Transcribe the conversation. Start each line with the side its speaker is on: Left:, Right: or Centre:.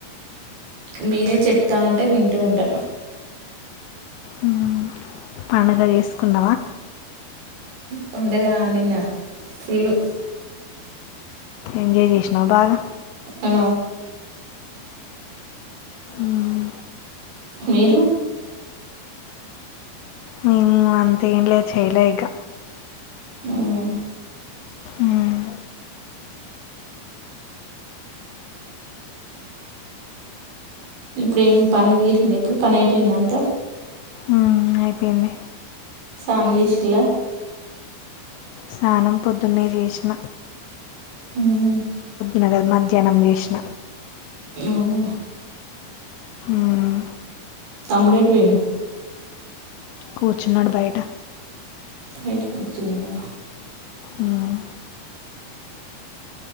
Right: మీరే చెప్తా అంటే వింటూ ఉంటా
Left: మ్మ్. పండుగ చేసుకున్నావా
Right: పండగ నిన్న ఫుల్లు
Left: ఎంజాయ్ చేసినావా బాగా
Right: ఆ
Left: మ్మ్.
Right: మీరు
Left: మేము అంతేం లేదు చేయలే ఇక
Right: అవునా
Left: మ్మ్.
Right: ఇప్పుడు ఏం పని తీరింది ఎప్పుడు పని అయిపోయింది అంతా
Left: మ్మ్. అయిపోయింది
Right: స్నానం చేసిలా
Left: స్నానం పొద్దున్నే చేసిన
Right: ఉమ్
Left: న మధ్యాహ్నం చేసిన
Right: ఉమ్
Left: మ్మ్.
Right: తమ్ముడు ఏటికి పోయిండు
Left: కూర్చున్నాడు బయట
Right: బయట కూర్చున్నాడా
Left: మ్మ్.